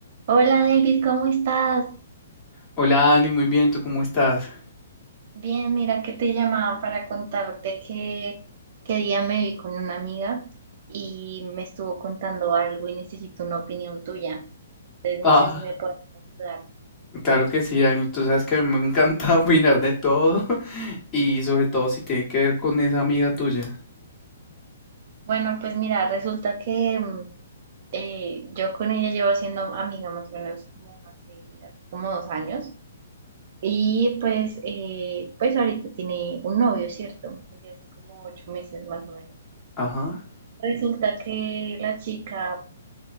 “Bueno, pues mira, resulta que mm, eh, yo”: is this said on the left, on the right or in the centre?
Right